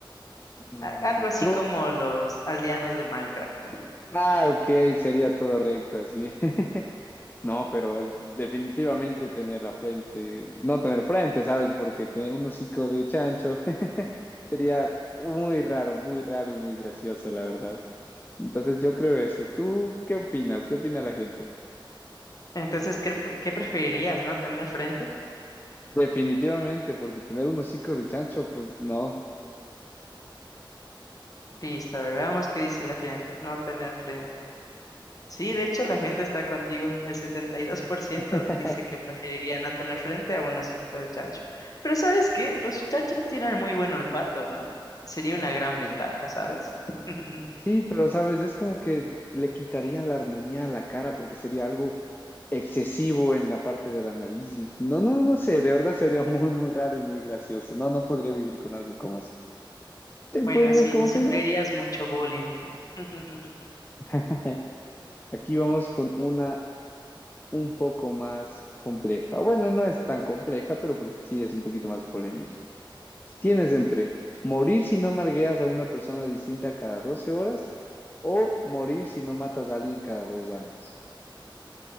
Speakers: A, on the left; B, on the left.
A: Mm,
B: A- Algo así
A: yo,
B: como los aldeanos del Minecraft.
A: ah, ok, sería todo recto así. <laughs> No, pero definitivamente tener la frente, no tener frente, ¿sabes? Porque tener un hocico de chancho <laughs> sería muy raro, muy raro y muy gracioso, la verdad. Entonces yo creo eso. ¿Tú qué opinas? ¿Qué opina la gente?
B: Entonces, ¿qué, pre- qué preferirías? ¿No tener frente?
A: Definitivamente, porque tener un hocico de chancho, pues no.
B: Listo, a ver, veamos qué dice la gente. No tener frente. Sí, de hecho la gente está contigo. El 72%
A: <laughs>
B: dice que preferiría no tener frente a un hocico de chancho. Pero ¿sabes qué? Los chanchos tienen muy buen olfato, ¿no? Sería una gran ventaja, ¿sabes? <laughs>
A: Sí, pero sabes, es como que le quitaría la armonía a la cara porque sería algo excesivo en la parte de la nariz. y- no, no, no sé, de verdad sería muy, muy raro y muy gracioso. No, no podría vivir con algo como eso.
B: Bueno,
A: Pues es
B: sí,
A: como
B: sufrirías
A: que ya.
B: mucho bullying. <laughs>
A: <laughs> Aquí vamos con una un poco más compleja. Bueno, no es tan compleja, pero pues sí es un poquito más polémica. Tienes entre morir si no nargueas a una persona distinta cada 12 horas o morir si no matas a alguien cada dos años.